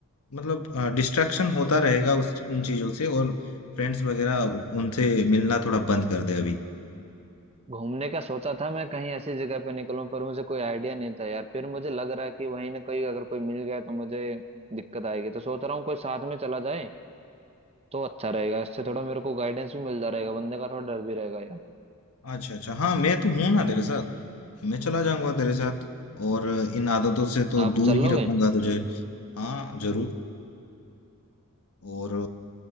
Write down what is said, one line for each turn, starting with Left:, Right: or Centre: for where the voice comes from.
Left: मतलब डिस्ट्रैक्शन होता रहेगा उस उन चीज़ों से और फ्रेंड्स वगैरह उनसे मिलना थोड़ा बंद कर दे अभी
Right: घूमने का सोचा था मैं कहीं ऐसी जगह पे निकलूं पर मुझे कोई आइडिया नहीं था यार फिर मुझे लग रहा है कि वहीं ना कोई अगर कोई मिल गया तो मुझे दिक्कत आएगी तो सोच रहा हूँ कोई साथ में चला जाए तो अच्छा रहेगा इससे थोड़ा मेरे को गाइडेंस भी मिलता रहेगा बंदे का थोड़ा डर भी रहेगा यार
Left: अच्छा अच्छा हाँ मैं तो हूँ ना तेरे साथ मैं चला जाऊंगा तेरे साथ और इन आदतों से तो
Right: आप
Left: दूर
Right: चल लोगे
Left: ही रखूंगा तुझे हाँ जरूर और